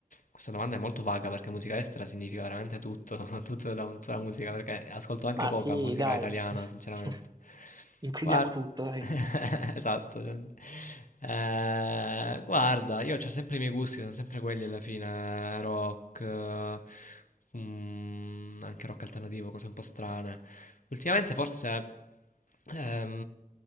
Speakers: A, on the left (about 70°); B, on the right (about 30°).
A: questa domanda è molto vaga perché musica estera significa veramente tutto, <laughs> tutta la, tutta la musica, perché ascolto anche
B: Ma
A: poca
B: sì,
A: musica
B: dai,
A: italiana,
B: <laughs>
A: sinceramente.
B: includiamo
A: Guarda,
B: tutto, dai.
A: <laughs> esatto. cioè, eh, guarda, io ho sempre i miei gusti, sono sempre quelli alla fine, rock, eh, mm, anche rock alternativo, cose un po' strane. Ultimamente forse ehm,